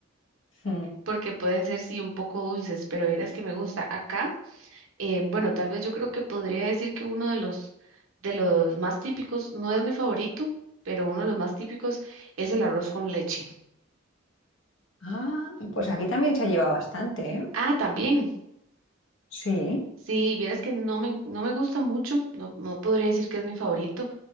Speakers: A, on the left (about 75°); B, on the right (about 90°).
A: Mm.
B: porque pueden ser sí un poco dulces, pero verás que me gusta. Acá, eh, bueno, tal vez yo creo que podría decir que uno de los, de los más típicos, no es mi favorito, pero uno de los más típicos es el arroz con leche.
A: Ah, pues aquí también se lleva bastante, ¿eh?
B: Ah, también.
A: Sí,
B: Sí, vieras que no me, no me gusta mucho, no, no podría decir que es mi favorito,